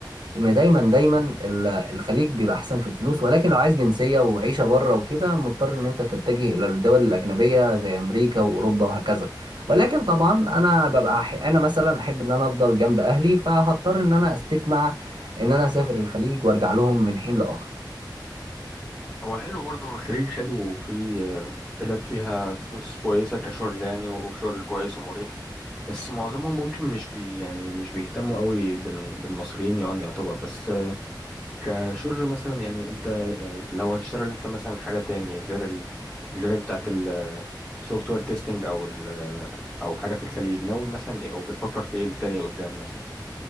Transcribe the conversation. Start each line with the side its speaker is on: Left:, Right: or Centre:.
Right: ما دايما دايما ال- الخليج بيبقى احسن في الفلوس ولكن لو عايز جنسيه وعيشه بره وكده مضطر ان انت تتجه الى الدول الاجنبيه زي امريكا واوروبا وهكذا ولكن طبعا انا ببقى أح انا مثلا احب ان انا افضل جنب اهلي فهضطر ان انا استجمع ان انا اسافر الخليج وارجع لهم من حين لاخر
Centre: هو حلو برضه الخليج حلو وفي آه، بلاد فيها فلوس كويسة كشغل يعني وشغل كويس ومريح بس معظمهم ممكن مش بي يعني مش بيهتموا قوي بال- بالمصريين يعني يعتبر بس آه، كشغل مثلا يعني انت يعني لو هتشتغل انت مثلا حاجة تاني غير ال غير بتاعة السوفت وير تيستنج او ال او حاجة في الخليج ناوي مثلا ايه او بتفكر في ايه التاني قدام مثلا